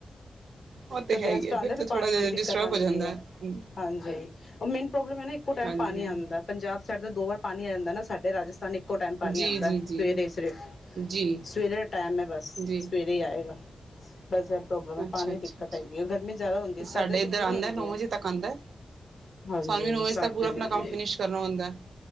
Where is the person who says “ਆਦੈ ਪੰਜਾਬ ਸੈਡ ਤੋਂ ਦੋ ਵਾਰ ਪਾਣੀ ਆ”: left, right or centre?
Left